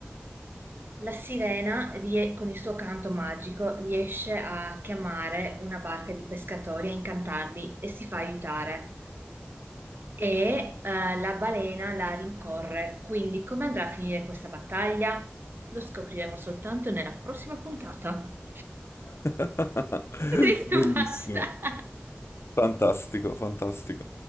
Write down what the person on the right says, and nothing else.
La sirena, rie- con il suo canto magico, riesce a chiamare una barca di pescatori, a incantarli e si fa aiutare. E eh, la balena la rincorre. Quindi, come andrà a finire questa battaglia? Lo scopriremo soltanto nella prossima puntata.
<laughs> Vedrete,
basta.